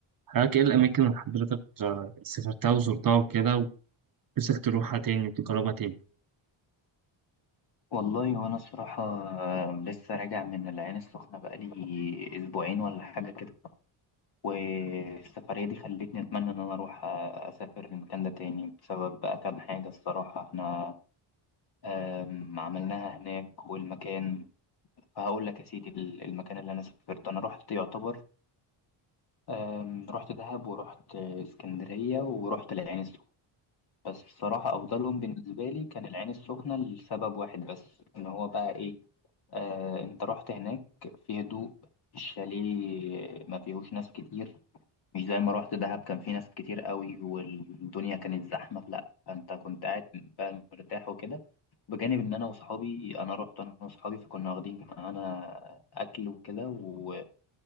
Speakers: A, on the right; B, on the left.
A: حضرتك ايه الأماكن اللي حضرتك آه، سافرتها وزرتها وكده ونفسك تروحها تاني وتجربها تاني؟
B: والله وانا الصراحة لسه راجع من العين السخنة بقالي اسبوعين ولا حاجة كده والسفرية دي خلتني اتمنى ان انا اروح اسافر المكان ده تاني بسبب بقى كام حاجة الصراحة احنا آم، عملناها هناك والمكان فهقول لك يا سيدي ال- المكان اللي انا سافرته انا رحت يعتبر آم، رحت دهب ورحت اسكندرية ورحت العين السخنة بس الصراحة أفضلهم بالنسبة لي كان العين السخنة لسبب واحد بس إن هو بقى إيه آه، انت رحت هناك في هدوء الشاليه ما فيهوش ناس كتير مش زي ما رحت دهب كان في ناس كتير قوي والدنيا كانت زحمة لا فانت كنت قاعد بقى مرتاح وكده بجانب ان انا واصحابي انا رحت انا واصحابي فكنا واخدين معانا اكل وكده و...